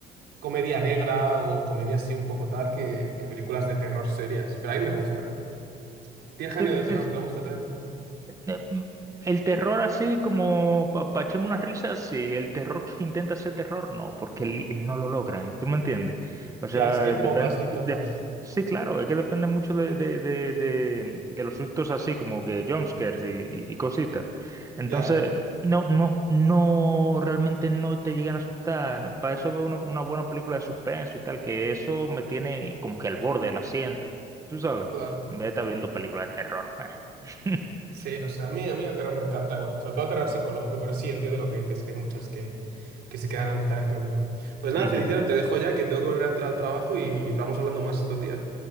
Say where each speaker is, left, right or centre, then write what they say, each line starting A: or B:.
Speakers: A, on the right; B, on the right.
A: comedia negra o comedia así un poco tal que, que películas de terror serias. Pero a mí me gustan. ¿Qué género
B: Sí,
A: de
B: sí,
A: terror te gusta también?
B: eh, mm, El terror así como para echarme una risa, sí. El terror que intenta ser terror, no, porque li- no lo logran. ¿Tú me entiendes? O
A: Ya,
B: sea,
A: es que hay pocas,
B: depende...
A: hay pocas.
B: sí, claro, es que depende mucho de, de, de, de, de los sustos así como que jumpscares y, y, y cositas. Entonces,
A: Ya,
B: no, no, no, realmente no te llegan a asustar. Para eso veo una, una buena película de suspenso y tal, que eso me tiene como que al borde del asiento. Tú sabes,
A: claro.
B: en vez de estar viendo películas de terror. <laughs>
A: Sí, no sé, a mí, a mí el terror me encanta, bueno, sobre todo el terror psicológico, pero sí entiendo lo que dices, que hay muchas que, que se quedan a mitad de camino. Pues nada,
B: Ujú.
A: Feliciano, te dejo ya, que tengo que volver a entrar al trabajo y vamos hablando más estos días.